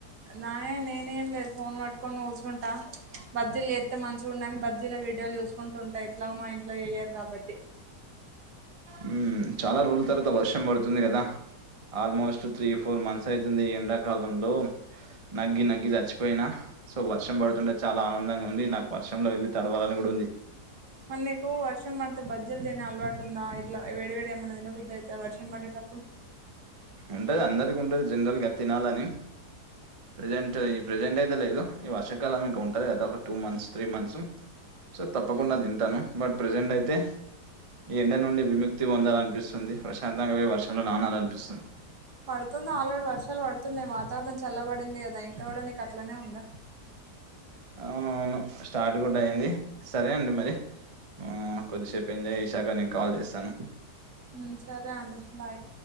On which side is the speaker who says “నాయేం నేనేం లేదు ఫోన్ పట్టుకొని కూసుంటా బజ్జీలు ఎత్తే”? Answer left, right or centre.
Right